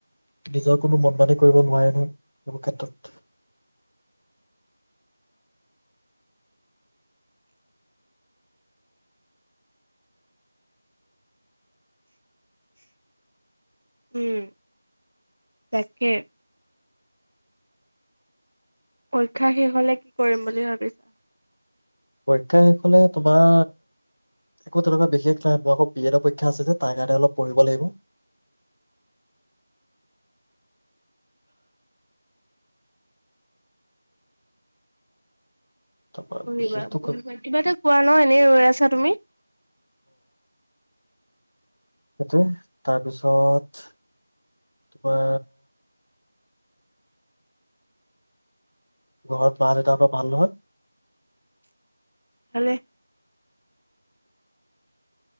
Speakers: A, on the left (about 30°); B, on the right (about 50°).
A: নিজৰ কোনো মন-মানি কৰিব নোৱাৰে নহয়। এইবোৰ ক্ষেত্ৰত।
B: উম । তাকে। পৰীক্ষা শেষ হ'লে কি কৰিম বুলি ভাবিছা?
A: পৰীক্ষা শেষ হ'লে তোমাৰ একো তেনেকুৱা বিশেষ নাই । মোৰ আকৌ বি এডৰ পৰীক্ষা আছে যে, তাৰ কাৰণে অলপ পঢ়িব লাগিব। তাৰপৰা
B: পঢ়িবা
A: বিশেষতো
B: - পঢ়িবা । কিবা এটা কোৱা ন', এনেই ৰৈ আছা তুমি।
A: এইটোৱে। তাৰপিছত কিবা ঘৰত মা-দেউতা পুৰা ভাল, নহয়?
B: ভালে।